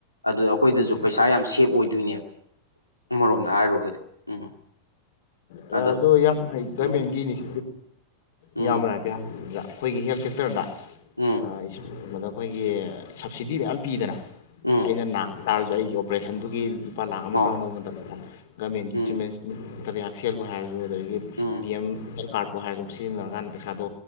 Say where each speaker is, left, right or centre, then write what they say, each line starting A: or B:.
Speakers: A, on the left; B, on the left.
A: ꯑꯗꯨ ꯑꯩꯈꯣꯏꯗꯁꯨ
B: ꯎꯝ
A: ꯄꯩꯁꯥ ꯌꯥꯝ ꯁꯦꯞ ꯑꯣꯏꯗꯣꯏꯅꯦ ꯑꯃꯔꯣꯝꯗ ꯍꯥꯏꯔꯨꯔꯒꯗꯤ ꯎꯝ
B: ꯑꯗꯨ
A: ꯑꯗꯣ
B: ꯌꯥꯝ ꯒꯃꯦꯟꯒꯤ
A: ꯎꯝ
B: <unintelligible>
A: ꯎꯝ
B: ꯏꯌꯥꯝꯕꯅ ꯍꯥꯏꯐꯦꯠ ꯍꯪꯕꯗ ꯑꯩꯈꯣꯏꯒꯤ ꯍꯦꯜꯠ ꯁꯦꯛꯇꯔꯗ
A: ꯎꯝ
B: ꯑꯥ <unintelligible> ꯑꯩꯈꯣꯏꯒꯤ ꯁꯕꯁꯤꯗꯤ ꯃꯌꯥꯝ ꯄꯤꯗꯅ
A: ꯎꯝ
B: ꯑꯩꯅ ꯅꯥ ꯇꯥꯔꯁꯨ ꯑꯩꯒꯤ ꯑꯣꯄꯔꯦꯁꯟꯗꯨꯒꯤ ꯂꯨꯄꯥ ꯂꯥꯛ ꯑꯃ
A: ꯍꯣꯏ
B: ꯆꯪꯕ ꯃꯇꯝꯗ ꯒꯃꯦꯟꯒꯤ
A: ꯎꯝ
B: ꯆꯤꯃꯦ <unintelligible> ꯍꯥꯛꯁꯦꯜꯕꯨ ꯍꯥꯏꯔꯖꯨ ꯑꯗꯒꯤ
A: ꯎꯝ
B: ꯄꯤ ꯑꯦꯝ ꯍꯦꯜ ꯀꯥꯔꯠꯄꯨ ꯍꯥꯏꯔꯖꯨ ꯁꯤꯖꯤꯟꯅꯔꯀꯥꯟꯗ ꯄꯩꯁꯥꯗꯣ